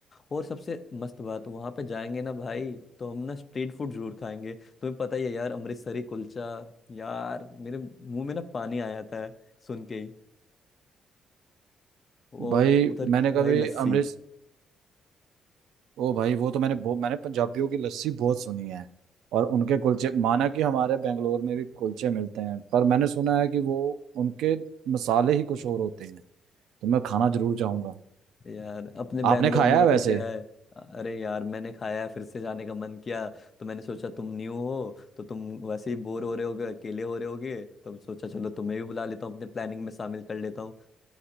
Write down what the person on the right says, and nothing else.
भाई
मैंने कभी
अमृत ओ भाई वो तो मैंने बहु- मैंने पंजाबियों की लस्सी बहुत सुनी है और उनके कुलचे माना कि हमारे बेंगलोर में
भी कुलचे मिलते हैं पर मैंने सुना है कि वो उनके मसाले ही कुछ और होते हैं तो मैं खाना जरूर चाहूंगा
आपने खाया
है वैसे